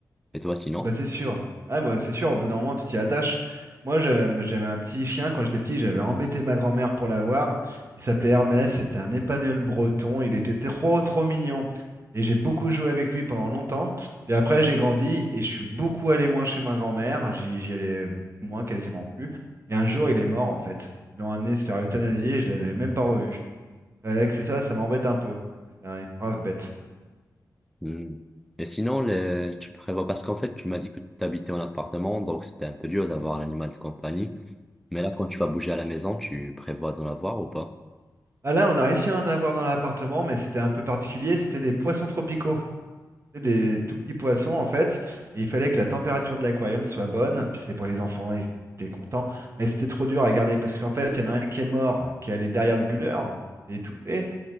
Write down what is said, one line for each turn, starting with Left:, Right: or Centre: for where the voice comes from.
Centre: Et toi, sinon?
Right: Ah bah c'est sûr. Ah bah c'est sûr, au bout d'un moment, tu t'y attaches. Moi, j'avais j'avais un petit chien quand j'étais petit, j'avais embêté ma grand-mère pour l'avoir. Il s'appelait Hermès, c'était un épagneul breton, il était trop trop mignon. Et j'ai beaucoup joué avec lui pendant longtemps. Puis après, j'ai grandi et je suis beaucoup allé moins chez ma grand-mère, j'y j'y allais beaucoup moins, quasiment plus. Et un jour, il est mort en fait. Ils l'ont amené se faire euthanasier et je l'avais même pas revu. C'est vrai que c'est ça, ça m'embête un peu. parce que C'est un- une brave bête.
Centre: Hmm. Et sinon, le- tu prévois, parce qu'en fait, tu m'as dit que tu habitais en appartement, donc c'était un peu dur d'avoir un animal de compagnie. Mais là, quand tu vas bouger à la maison, tu prévois d'en avoir ou pas?
Right: Ah là, on a réussi à en avoir dans l'appartement, mais c'était un peu particulier. C'était des poissons tropicaux. C'était des tout petits poissons, en fait. Et il fallait que la température de l'aquarium soit bonne. Puis c'était pour les enfants, ils étaient contents. Mais c'était trop dur à garder parce qu'en fait, il y en a un qui est mort, qui est allé derrière le bulleur. Il s'est étouffé.